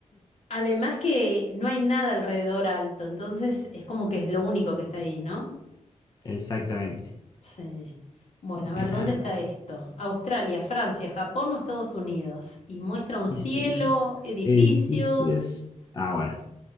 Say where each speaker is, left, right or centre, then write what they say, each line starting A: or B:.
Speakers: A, on the left; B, on the left.
A: Además que no hay nada alrededor alto, entonces es como que es lo único que está ahí, ¿no?
B: Exactamente.
A: Sí. Bueno,
B: Bien,
A: a ver, ¿dónde
B: a
A: está
B: ver,
A: esto? Australia, Francia, Japón o Estados Unidos. Y muestra un
B: dice,
A: cielo, edificios.
B: edificios. Ah, bueno,